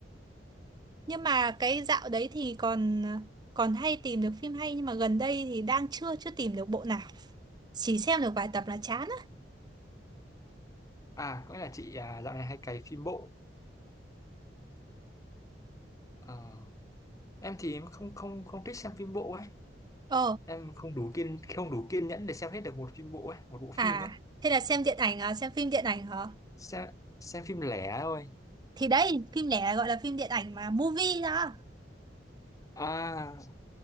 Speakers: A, on the right; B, on the left.
A: nhưng mà cái dạo đấy thì còn ờ, còn hay tìm được phim hay nhưng mà gần đây thì đang chưa chưa tìm được bộ nào chỉ xem được vài tập là chán á
B: À, có nghĩa là chị à, dạo này hay cày phim bộ. Ờ, em thì em không không không thích xem phim bộ ấy,
A: ừ
B: em không đủ kiên không đủ kiên nhẫn để xem hết được một phim bộ ấy, một bộ phim
A: À,
B: ấy.
A: thế là xem điện ảnh à, xem phim điện ảnh hả?
B: xem xem phim lẻ thôi
A: Thì đấy, phim lẻ gọi là phim điện ảnh mà, movie đó.
B: à